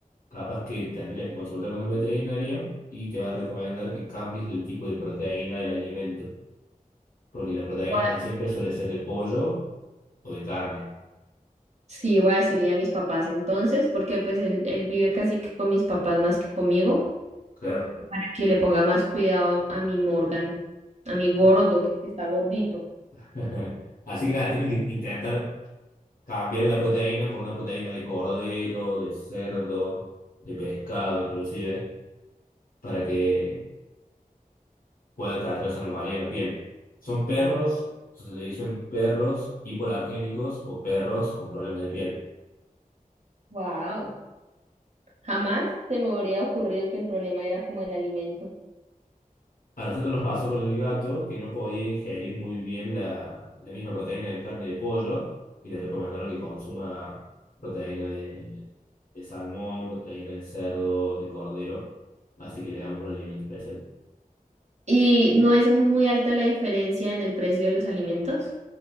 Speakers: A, on the left; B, on the right.
A: Capaz que tendrías que consultar con un veterinario y te va a recomendar que cambies el tipo de proteína del alimento, porque la proteína
B: Voy
A: casi siempre
B: a-
A: suele ser de pollo o de carne.
B: Sí, voy a decirle a mis papás entonces, porque pues él, él vive casi que con mis papás más que conmigo.
A: Claro.
B: para que le ponga más cuidado a mi Morgan, a mi gordo,
A: Ah.
B: porque está gordito.
A: <laughs> Así que nada, tienen que intentar cambiar la proteína por una proteína de cordero, de cerdo, de pescado inclusive, para que pueda tratar esa anomalía en la piel. Son perros, se le dicen perros hipoalergénicos o perros con problemas de piel.
B: Wow, jamás se me habría ocurrido que el problema era como el alimento.
A: A nosotros nos pasó con el gato que no podía ingerir muy bien la, la misma proteína de carne de pollo y le recomendaron que consuma proteína de, de salmón, proteína de cerdo, de cordero. Así que le damos un alimento especial.
B: ¿Y no es muy alta la diferencia en el precio de los alimentos?